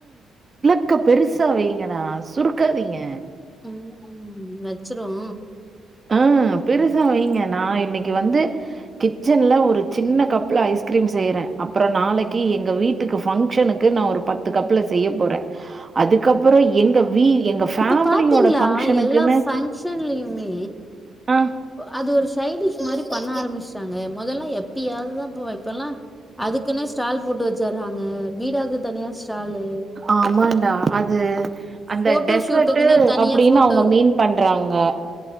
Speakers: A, on the right (about 30°); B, in the centre.
A: க்க பெருசா வெயுங்கடா சுருக்காதீங்க
B: ம் வச்சிருவோ
A: ஆ பெருசா வைங்க நா இன்னைக் கி வந்து கிச்சன்ல ஒரு சின்ன கப்ல ஐஸ்கிரீம் செய்றே அப்றோ நாளைக்கி எங்க வீட்டு ஃபங்க்ஷனுக்கு நா ஒரு பத்து கப்ல செய்ய போறே அதுக்கப்புறோ எங்க வீ எங்க ஃபேமிலியோட
B: இப்ப பாத்தீங்களா
A: ஃபங்ஷனுக்குன்னு
B: எல்லா ஃபங்க்ஷன்லயுமே
A: ஆ
B: அது ஒரு சைடிஷ் மாரி பண்ண ஆரம்பிச்சிட்டாங்க மொதெல்லா எப்பியாதுதா போவே இப்பல்லா அதுக்குன்னு ஸ்டால் போட்டு வச்சுடுறாங்க பீடாக்கு தனியா ஸ்டாலு
A: ஆமாடா அது அந்த
B: போட்டோ
A: டெசர்ட்டு
B: ஷூட்டுக்குன்னே தனியா
A: அப்டின்னு
B: போட்டோ
A: அவங்க மீன் பண்றாங்க <unintelligible>